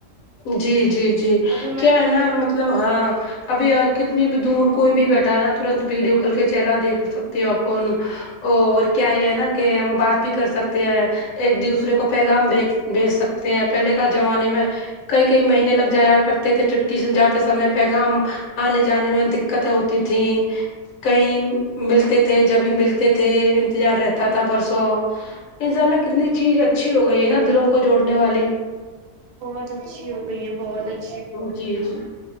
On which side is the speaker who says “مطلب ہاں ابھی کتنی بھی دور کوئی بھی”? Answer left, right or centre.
Left